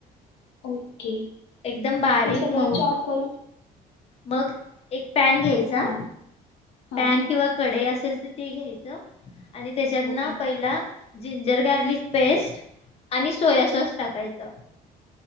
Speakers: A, on the left; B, on the left.
A: ओके
B: एकदम बारीक
A: ते सगळं
B: मऊ
A: चॉक कर
B: मग एक पॅन घ्यायचा
A: हां हां
B: पॅन किंवा कडे असेल तर ते घ्यायचं <inaudible> <inaudible> आणि त्याच्यात
A: ओके
B: ना पहिला जिंजर गार्लिक पेस्ट आणि सोया सॉस टाकायचा